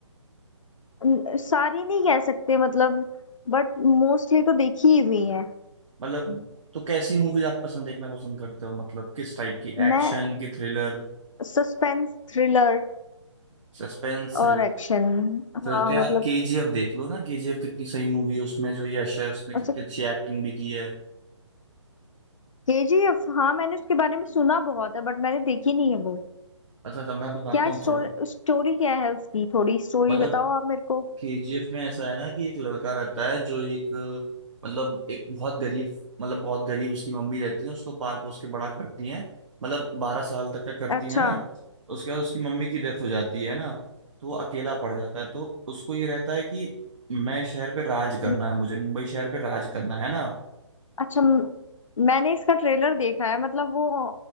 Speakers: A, on the left; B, on the right.
A: न- सारी नहीं कह सकते मतलब बट मोस्टली तो देखी ही हुई है
B: मतलब तो कैसी मूवीज आप पसंद देखना पसंद करते हो मतलब किस टाइप की
A: मैं
B: एक्शन की थ्रिलर
A: सस्पेंस थ्रिलर
B: सस्पेंस
A: और एक्शन
B: फिर
A: हाँ
B: तो यार
A: मतलब
B: केजीएफ देख लो ना केजीएफ कितनी सही मूवी है उसमें जो यश है उसने कितनी
A: अच्छा
B: अच्छी एक्टिंग भी की है
A: केजीएफ हाँ मैंने उसके बारे में सुना बहुत है बट मैंने देखी नहीं है वो
B: अच्छा तो मैं बताता
A: क्या
B: हूँ
A: स्टोरी
B: थोड़ा
A: स्टोरी क्या है उसकी थोड़ी स्टोरी
B: मतलब
A: बताओ आप मेरे को
B: केजीएफ में ऐसा है ना कि एक लड़का रहता है जो एक मतलब एक बहुत गरीब मतलब बहुत गरीब उसकी मम्मी रहती है उसको पाल पोस के बड़ा करती है मतलब बारह साल तक का करती
A: अच्छा
B: है ना उसके बाद उसकी मम्मी की डेथ हो जाती है ना तो वो अकेला पड़ जाता है तो उसको ये रहता है कि मैं शहर पे राज
A: म-
B: करना है मुझे मुंबई शहर पे राज करना है ना
A: अच्छा म- मैंने इसका ट्रेलर देखा है मतलब वो